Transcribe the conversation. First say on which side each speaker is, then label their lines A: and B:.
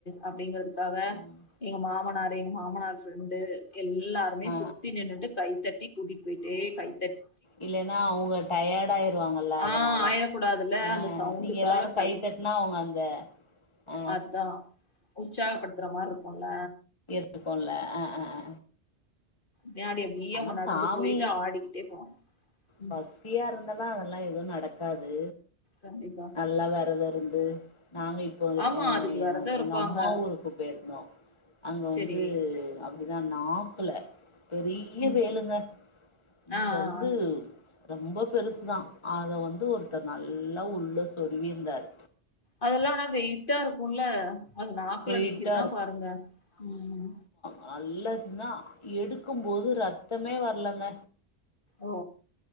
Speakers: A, on the left; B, on the left.
A: அப்டிங்கிறதுக்காக
B: ம்
A: எங்க மாம னாரு எங்க மாமனார் ஃப்ரெண்டு எல்லாருமே
B: ஆ
A: சுத்தி நின்னுட்டு கைத்தட்டி கூட்டிட்டு போய்ட்டு கைத்தட்
B: இல்லன்னா அவுங்க டயர்டு ஆயிருவாங்கல்ல அதனால
A: ஆஹ் ஆயிடக்கூடாதுல்ல
B: அ
A: அந்த சவுண்டுக்காக
B: நீங்க எல்லாரு கைத்தட்னா அவுங்க அந்த ஆ
A: அத்தா உற்சாகப்படுத்துற மாரி இருக்குல
B: இருக்குல ஆ ஆ ஆ
A: பின்னாடி அப்படியே
B: ஆனா
A: அவங்க நடந்து
B: சாமி
A: போயிட்டு ஆடிக்கிட்டே போவாங்க ம்,
B: பஸ் தியா இருந்தெல்லா அதெல்லா எதுவு நடக்காது
A: கண்டிப்பா
B: நல்லா வெரத இருந்து நாங்க இப் போ
A: ஆமா
B: எ
A: அதுக்கு விரதம்
B: எங்
A: இருப்பாங்க
B: எங்க அம்மா ஊருக்கு போய்ருந்தோ அங்க
A: சரி
B: வந்து அ ப்டிதா நாக்குல பெரிய
A: ம்
B: வேலுங்க இங்க
A: ஆஹ்
B: இருந்து
A: ஆஹ்
B: ரொம்ப பெருசுதா அத வந்து ஒருத்தர் நல்லா உள்ள சொருவி இருந்தாரு
A: அதெல்லா ஆனா வெயிட்டா இருக்குல அது நாக்குல
B: வெயிட்டா
A: நிக்கிதுனா பாருங்க ம்
B: நல்லசினா எடுக்கு போது ரத்தமே வர்லங்க
A: ஓ